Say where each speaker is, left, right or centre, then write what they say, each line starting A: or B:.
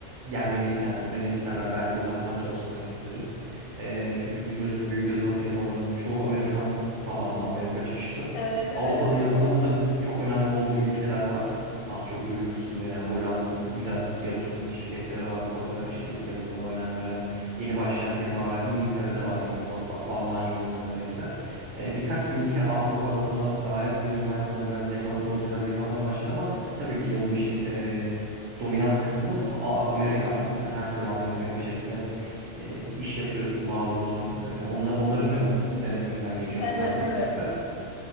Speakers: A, on the right; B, on the left.
A: gelmemi isteyen, yani gitmemi isterler. Belki uzaktan çalışmak isterim. E, çünkü biliyorsun büyük yazılım firmaların çoğu Amerikan tabanlı, Amerika çıkışlı.
B: Evet evet
A: Avrupa'da
B: tam
A: yazılımın
B: olarak öyle.
A: da çok önemli olduğu ülkeler var. Az çok duymuşsundur yani Hollanda'da güzel yatırım şirketleri var bu konuda işte yazılıma önem veren yeni başlayan firmalar var. İngiltere'de var yine ufak ufak. Almanya yine buna benzer. E, birkaç ülke Avrupa'da buna e, ayak uydurmaya, buna biraz yakala, bunu biraz yakalamaya başladı ama tabii ki de bu işin e, dominant kısmı A- A- Amerika'da. Yani her türlü Amerika'ya bir şekilde e, iş yapıyorsun, bağlıyorsun. E, onlar, onların biraz denetiminden geçiyor
B: Evet
A: bu tarz meslekler.
B: evet.